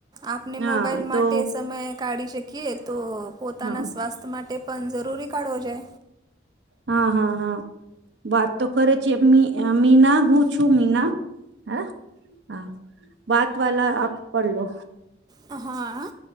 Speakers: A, on the right (about 20°); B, on the right (about 85°).
A: આપને
B: હા
A: મોબાઈલ માટે
B: તો
A: સમય કાઢી શકીએ કે તો પોતાના
B: હા
A: સ્વાસ્થ્ય માટે પણ જરૂરી કાઢવો જોઈએ.
B: હા હા હા. વાત તો કરે છે. મીના હું છું મીના હે હા વાત વાલા આપ પડલો.
A: હા.